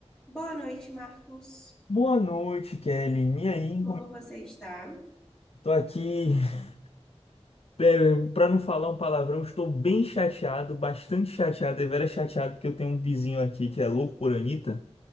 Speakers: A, in the centre; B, on the left.
A: Boa noite, Marcos.
B: Boa noite, Kelly. E aí,
A: Como
B: como...
A: você está?
B: tô aqui, <laughs> é, pra não falar um palavrão, estou bem chateado, bastante chateado, deveras chateado, porque eu tenho um vizinho aqui que é louco por Anitta,